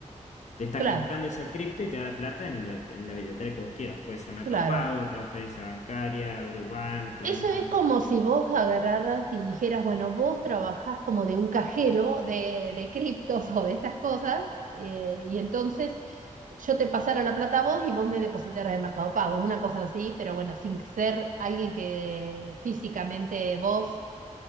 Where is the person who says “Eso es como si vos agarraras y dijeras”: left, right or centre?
Right